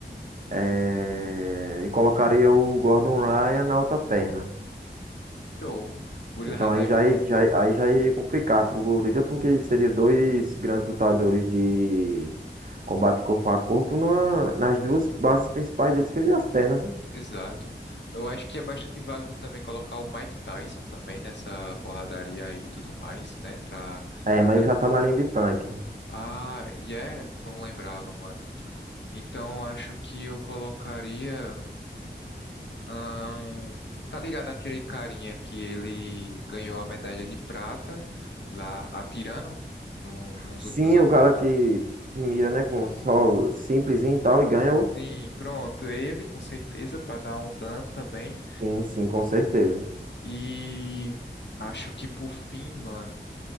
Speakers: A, on the right; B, on the left.
A: Eh, E colocaria o Gordon Ryan na outra perna.
B: Show. Gurila
A: Então aí já, i- já, i- aí já iria complicar pro gorila, porque seria dois grandes lutadores de combate corpo a corpo numa- nas duas bases principais dele, que seriam as pernas, né?
B: Exato. Eu acho que é bastante válido também colocar o Mike Tyson também nessa porradaria aí e tudo mais, né? Pra.
A: É, mas
B: da-
A: ele já tá na linha de tanque.
B: Ah, yeah, não lembrava, mano. Então acho que eu colocaria. ahn, tá ligado aquele carinha que ele ganhou a medalha de prata lá atirando no, nos,
A: Sim,
B: nas Olimpíadas?
A: o cara que, que mira, né, com só simplesinho e tal, e ganha o...
B: Sim, pronto. Ele, com certeza, pra dar um dano também.
A: Sim, sim, com certeza.
B: E acho que por fim, mano.